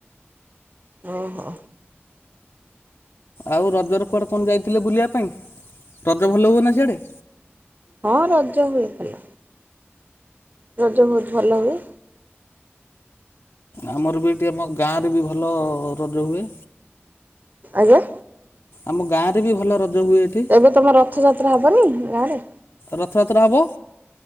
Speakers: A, on the right; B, on the left.
A: ଓହୋ।
B: ଆଉ ରଜରେ କୁଆଡ଼େ କଣ ଯାଇଥିଲେ ବୁଲିବା ପାଇଁ ରଜ ଭଲ ହୁଏନା ସିଆଡ଼େ?
A: ହଁ ରଜ ହୁଏ ଭଲ। ରଜ ବୋହୁତ ଭଲ ହୁଏ।
B: ଆମର ବି ଏଠି ଆମ ଗାଁରେ ବି ଭଲ ରଜ ହୁଏ।
A: ଆଜ୍ଞା।
B: ଆମ ଗାଁ ରେ ବି ଭଲ ରଜ ହୁଏ। ଏଠି
A: ଏବେ ତୋମ ରଥଯାତ୍ରା ହବନି ଗାଁରେ?
B: ରଥଯାତ୍ରା ହବ।